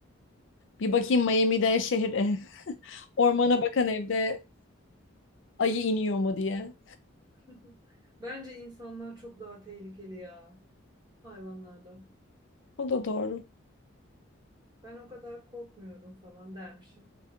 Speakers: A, on the left; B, on the right.
A: Bir bakayım Miami'de şehir <laughs> ormana bakan evde ayı iniyor mu diye.
B: <laughs> Bence insanlar çok daha tehlikeli ya hayvanlardan.
A: O da doğru.
B: Ben o kadar korkmuyorum falan dermişim.